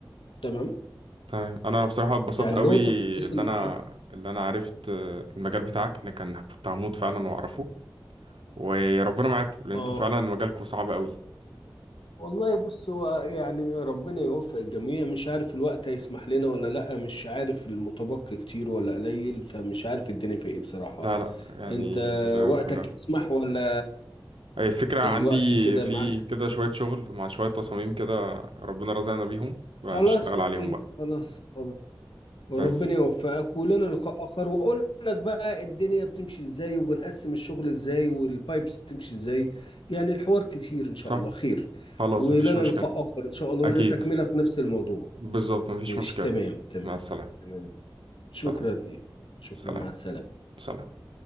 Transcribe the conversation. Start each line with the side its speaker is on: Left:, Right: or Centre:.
Left: تمام
Right: تمام انا بصراحة اتبسطت
Left: يعني
Right: قوي
Left: لو أنت بتتصل
Right: اللي انا
Left: بحد
Right: اللي انا عرفت آه، المجال بتاعك ان كان كنت هموت فعلا واعرفه وربنا معاكم لان
Left: آه
Right: انتوا فعلا مجالكم صعب قوي
Left: والله بص هو يعني ربنا يوفق الجميع مش عارف الوقت هيسمح لنا ولا لأ مش عارف المتبقي كتير ولا قليل فمش عارف الدنيا في ايه بصراحة
Right: لا لا يعني
Left: انت
Right: كده
Left: وقتك
Right: فلا
Left: يسمح ولا
Right: أي فكرة عندي
Left: الوقت كده
Right: في
Left: معاك
Right: كده شوية شغل مع شوية تصاميم كده ربنا رزقنا بيهم بقى
Left: خلاص
Right: نشتغل
Left: اوكي
Right: عليهم بقى
Left: خلاص خلاص وربنا
Right: بس
Left: يوفقك ولنا لقاء اخر واقول لك بقى الدنيا بتمشي ازاي وبنقسم الشغل ازاي والبايبس بتمشي ازاي يعني الحوار كتير ان شاء
Right: صح
Left: الله خير
Right: خلاص
Left: ولنا
Right: مفيش مشكلة
Left: لقاء اخر ان شاء الله
Right: أكيد
Left: ولنا تكملة في نفس الموضوع
Right: بالظبط مفيش
Left: مش
Right: مشكلة
Left: تمام تمام
Right: مع السلامة
Left: تمام شكرا
Right: سلام
Left: لك شكرا
Right: سلام
Left: مع السلامة
Right: سلام